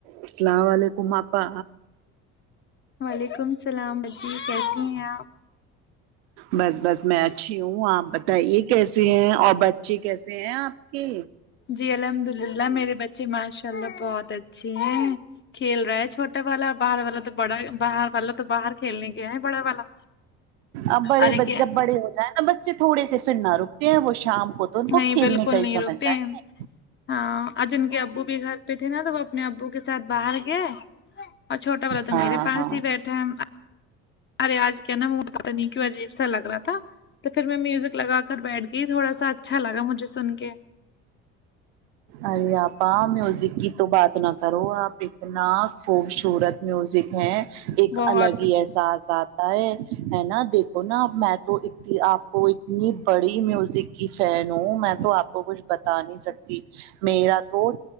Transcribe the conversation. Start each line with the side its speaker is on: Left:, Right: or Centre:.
Right: السلام علیکم آپا
Left: وعلیکم السلام باجی کیسی ہیں آپ
Right: بس بس میں اچھی ہوں آپ بتائیے کیسے ہیں اور بچے کیسے ہیں آپ کے
Left: جی الحمد اللہ میرے بچے ماشاء اللہ بہت اچ چھے ہے کھیل رہا ہے چھوٹا والا باہر والا تو بڑا باہر والا تو باہر کھیلنے گیا ہے بڑا والا
Right: اب بڑے
Left: ارے کیا
Right: جب بڑے ہو جاے نا بچے تھوڑے سے پھرنا رکتے ہیں وہ شام کو تو ان
Left: نہیں
Right: کو کھیلنے
Left: بالکل
Right: کا ہی
Left: نہیں
Right: سمے
Left: رکتے
Right: چاہئے
Left: ہیں ہاں اور جن کے ابو بھی گھر پہ تھے نا تو وہ اپنے ابو کے ساتھ باہر گیا ہے اور چھوٹا والا تو
Right: ہاں
Left: میرے پاس
Right: ہاں
Left: ہی بیٹھا ہے ارے آج کیا نا موڈ پتا نئی کیوں عجیب سا لگ رہا تھا تو پھر میں میوزک لگا کر بیٹھ گئی تھوڑا سا اچھا لگا مجھے سن کے
Right: ارے آپا میوزک کی تو بات نہ کرو آپ اتنا خوبشورت میوزک ہیں ایک
Left: بہت
Right: الگ ہی احساس ساتھ ہے نہ دیکھو نا اب میں تو اتی آپ کو اتنی بڑی میوزک کی فین ہوں میں تو آپ کو کچھ بتا نہیں سکتی میرا تو